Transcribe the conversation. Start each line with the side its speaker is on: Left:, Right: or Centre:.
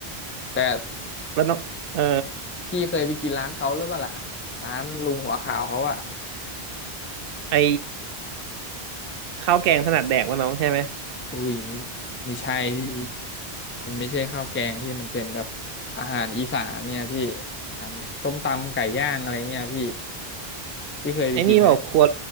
Left: แต่
Right: แล้วน้องเออ
Left: พี่เคยไปกินร้านเขาหรือเปล่าล่ะร้านลุงหัวขาวเขาอ่ะ
Right: ไอ้ข้าวแกงถนัดแดกป่ะน้องใช่ไหม
Left: อุ้ยไม่ไม่ใช่พี่มันไม่ใช่ข้าวแกงพี่มันเป็นแบบอาหารอีสานเนี่ยพี่อาหารแบบส้มตำไก่ย่างอะไรเงี้ยพี่พี่เคยไปกินไหม
Right: ไอ้นี่บอกครัว